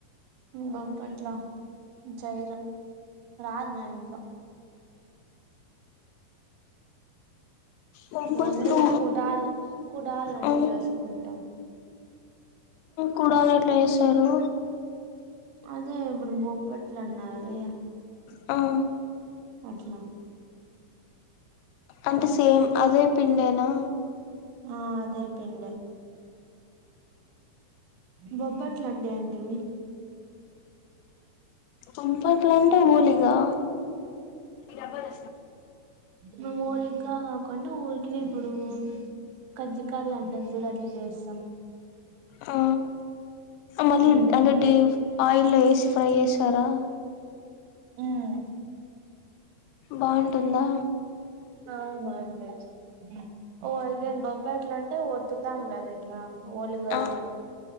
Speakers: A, on the right; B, on the left.
A: బొబ్బట్లా చెయ్యరు రాదు మ ఇంట్లో
B: బొబ్బట్లు
A: ఓన్లీ కుడాల్ కుడాల్ అన్ని
B: ఆ
A: చేసుకుంటాం
B: కుడాల్ ఎట్ల చేస్తారు
A: అదే ఇప్పుడు బొబ్బట్లు అన్నావే
B: హా
A: అట్లా
B: అంటే సేమ్ అదే పిండేనా
A: ఆ అదే పిండే బొబ్బట్లు అంటే ఏంటివి
B: బొబ్బట్లు అంటే వోలిగా డబల్
A: మేం వోలిగా కాకుండా ఊరికినే ఇప్పుడు కజ్జికాయలు అంటారు చూడు అట్లా చేస్తాం
B: ఆ మళ్ళీ
A: ఉమ్
B: అంటే డి ఆయిల్లో వేసి ఫ్రై చేస్తారా
A: హ్మ్
B: బాగుంటుందా
A: ఆ బావుంటది ఓ ఇఐదేను బొబ్బట్లు అంటే ఒత్తుతాం కదా ఎట్లా వోలిగా
B: ఆ
A: రావు